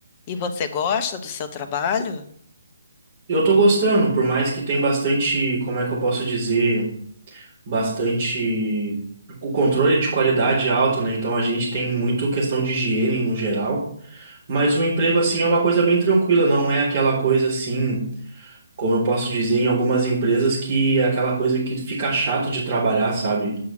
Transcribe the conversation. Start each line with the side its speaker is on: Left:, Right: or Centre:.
Left: E você gosta do seu trabalho?
Right: Eu tô gostando, por mais que tem bastante, como é que eu posso dizer, bastante o controle de qualidade alto, né? Então a gente tem muito questão de higiene no geral, mas o emprego assim é uma coisa bem tranquila, não é aquela coisa assim, como eu posso dizer em algumas empresas que é aquela coisa que fica chato de trabalhar, sabe?